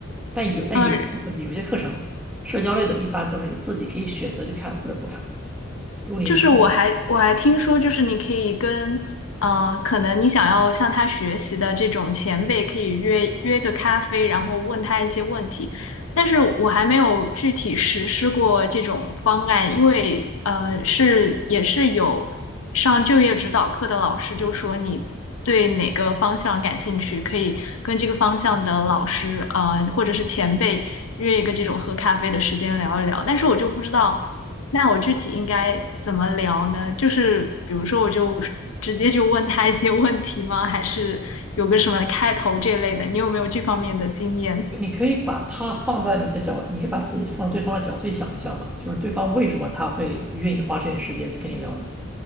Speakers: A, in the centre; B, on the left (about 85°).
A: 但有但有些有些课程，
B: 嗯。
A: 社交类的，一般都是你自己可以选择去看或者不看。如果你
B: 就是我还我还听说，就是你可以跟，呃，可能你想要向他学习的这种前辈，可以约约个咖啡，然后问他一些问题。但是我还没有具体实施过这种方案，因为呃，是也是有上就业指导课的老师就说你对哪个方向感兴趣，可以跟这个方向的老师，呃，或者是前辈约一个这种喝咖啡的时间聊一聊，但是我就不知道，那我具体应该怎么聊呢？就是比如说，我就直接就问他一些问题吗？还是有个什么开头这类的？你有没有这方面的经验？
A: 你可以把他放在你的角，你可以把自己放在对方的角度去想一下嘛，就是对方为什么他会愿意花这点时间去跟你聊呢？